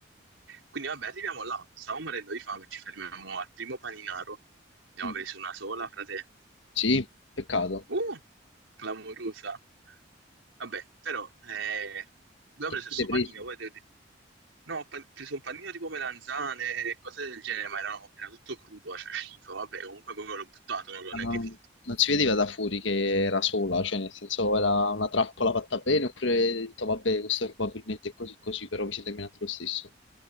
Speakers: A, on the right; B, on the left.
A: Quindi vabbè, arriviamo là, stavo morendo di fame, ci fermiamo al primo paninaro, ne avevo
B: Mm.
A: preso una sola, frate.
B: Sì, peccato.
A: Uh, clamorosa. Vabbè, però eh, abbiamo
B: Che
A: preso
B: avete
A: questo
B: preso?
A: panino, poi ho detto, no, ho pan- preso un panino tipo melanzane e cose del genere, ma erano- era tutto crudo, cioè schifo, vabbè, comunque proprio l'ho buttato, non l'ho
B: Ma
A: neanche
B: Non,
A: finito.
B: non si vedeva da fuori che era sola, cioè nel senso era una trappola fatta bene, oppure hai detto vabbè, questo probabilmente è così così, però vi siete menati lo stesso.